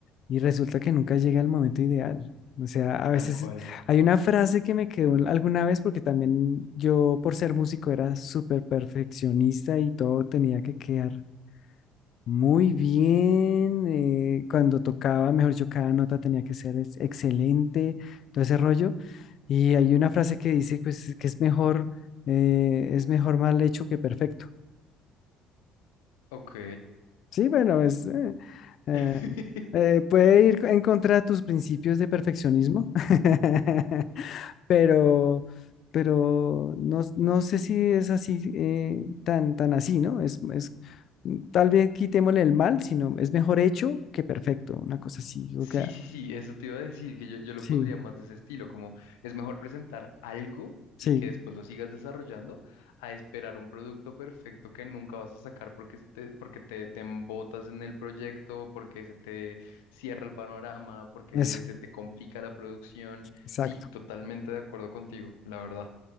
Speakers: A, on the left (about 60°); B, on the left (about 85°).
A: Y resulta que nunca llega el momento ideal. O sea,
B: <laughs>
A: a veces
B: tal cual.
A: hay una frase que me quedó alguna vez porque también yo por ser músico era súper perfeccionista y todo tenía que quedar muy bien. eh, cuando tocaba, mejor yo cada nota tenía que ser ex- excelente, todo ese rollo. Y hay una frase que dice pues que es mejor, eh, es mejor mal hecho que perfecto.
B: Ok.
A: Sí, bueno, es, eh, eh,
B: <laughs>
A: eh, puede ir en contra de tus principios de perfeccionismo, <laughs> pero, pero no, no sé si es así, eh, tan, tan así, ¿no? Es, es, mm, tal vez quitémosle el mal, sino es mejor hecho que perfecto, una cosa así. o
B: Sí,
A: que-
B: sí, sí, eso te iba a decir, que yo, yo lo
A: sí,
B: pondría más de ese estilo, como es mejor presentar algo
A: sí,
B: y que después lo sigas desarrollando a esperar un producto perfecto que nunca vas a sacar porque te, porque te, te embotas en el proyecto, porque se te cierra el panorama, porque
A: eso,
B: se te complica la producción.
A: exacto.
B: Sí, totalmente de acuerdo contigo, la verdad.